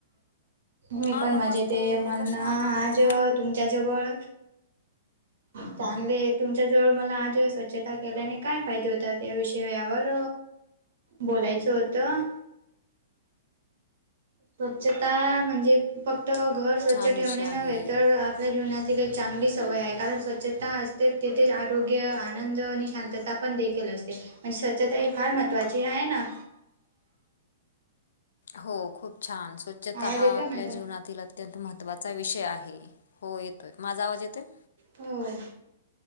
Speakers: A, on the right; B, on the left.
A: मी
B: हा
A: पण
B: नमस्ते
A: मजेत आहे
B: मी
A: म्हणून
B: कसे
A: आज
B: आहात?
A: तुमच्याजवळ चांगले तुमच्या जवळ मला आज स्वच्छता केल्याने काय फायदे होतात या विषया यावर बोलायचं होतं. स्वच्छता म्हणजे फक्त घर स्वच्छ
B: छान
A: ठेवणे
B: विषय आहे.
A: नव्हे तर आपल्या जीवनात एक चांगली सवय आहे, कारण स्वच्छता असते तिथेच आरोग्य, आनंद आणि शांतता पण देखील असते. ते म्हणजे स्वच्छता ही फार महत्त्वाची आहे ना.
B: हो खूप छान स्वच्छता
A: आवाज
B: हा
A: येतोय
B: आपल्या
A: माझा
B: जीवनातील अत्यंत महत्त्वाचा विषय आहे, हो येतोय. माझा आवाज येतोय?
A: होय.